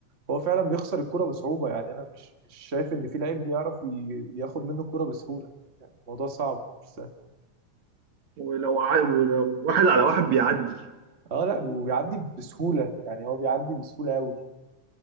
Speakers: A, on the right; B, on the right.
A: هو فعلا بيخسر الكرة بصعوبة يعني انا مش مش شايف ان في لعيب بيعرف ي- ياخد منه الكرة بسهولة يعني الموضوع صعب مش سهل
B: ولو ع... ولو واحد على واحد بيعدي
A: اه لا وبيعدي بسهولة يعني هو بيعدي بسهولة قوي